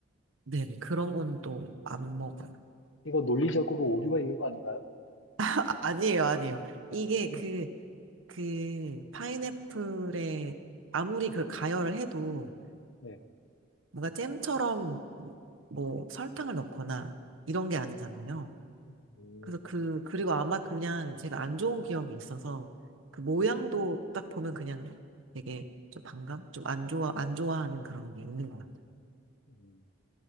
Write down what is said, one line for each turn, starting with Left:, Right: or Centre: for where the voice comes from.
Right: 네네, 그런 건 또 안 먹어요.
Left: 이거 논리적으로 오류가 있는 거 아닌가요?
Right: 아, 아니에요, 아니에요. 이게 음. 그, 그, 파인애플에 아무리 그 가열을 해도
Left: 네.
Right: 뭔가 잼처럼 뭐 설탕을 넣거나 이런 게 아니잖아요.
Left: 음,
Right: 그래서 그, 그리고 아마 그냥 제가 안 좋은 기억이 있어서 그 모양도 딱 보면 그냥 되게 좀 반감? 좀 안 좋아, 안 좋아하는 그런 게 있는 것 같아요.
Left: 음,